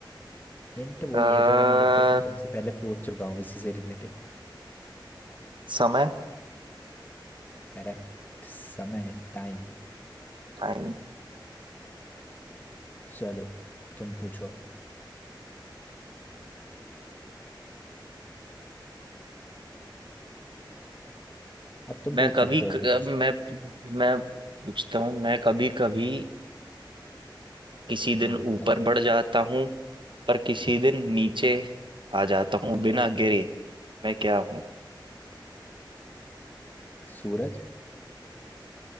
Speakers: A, on the left; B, on the right.
A: हिंट वही
B: आ,
A: है जो मैंने एक क्वेश्चन तुमसे पहले पूछ चुका हूँ इसी से रिलेटेड
B: समय
A: करेक्ट समय टाइम
B: टाइम
A: चलो तुम पूछो अब अब तुम
B: मैं
A: पूछ
B: कभी
A: सकते हो
B: क-
A: कुछ
B: मैं मैं पूछता हूँ मैं कभी कभी किसी दिन
A: हाँ बताओ
B: ऊपर
A: बताओ
B: बढ़ जाता हूँ पर किसी दिन नीचे आ जाता हूँ बिना गिरे मैं क्या हूँ
A: सूरज